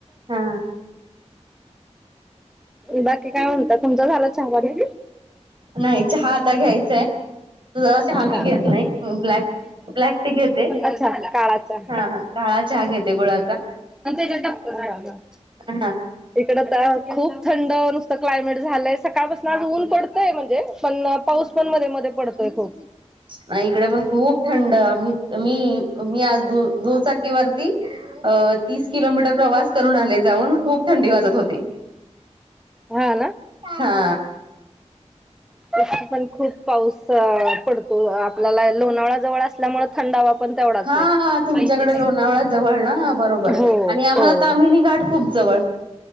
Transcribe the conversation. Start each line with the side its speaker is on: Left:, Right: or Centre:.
Right: हा
Centre: बाकी काय म्हणतात. झाला चहा पाणी?
Right: नाही चहा आता घ्यायचाय. दुधाचा चहा घेत
Centre: हा
Right: मी घेत नाही. ब्लॅक ब्लॅक टि घेते.
Centre: अच्छा काळा चहा
Right: हा काळा चहा घेते गुळाचा.
Centre: पण त्याच्यात <unintelligible>
Right: हा.
Centre: इकडं तर खूप थंड नुसतं क्लायमेट झालंय. सकाळपासून आज ऊन पडतंय म्हणजे. पण पाऊस पण मध्ये मध्ये पडतोय खूप.
Right: आणि इकडे पण खूप थंड. मी मी मी आज दु-दुचाक ती वरती तीस अ किलोमीटर प्रवास करून आले जाऊन‌. खूप थंडी वाजत होती
Centre: हा ना
Right: हा.
Centre: तसं पण खूप पाऊस पडतो. आपल्याला लोणावळा जवळ अस असल्यामुळ थंडावा पण तेवढाच
Right: हा
Centre: ये.
Right: हा तुमच्याकडे
Centre: पैसे
Right: लोणावळा जवळ ना बरोबर
Centre: हो
Right: आणि आम्हाला
Centre: हो.
Right: तामिनी घाट खूप जवळ.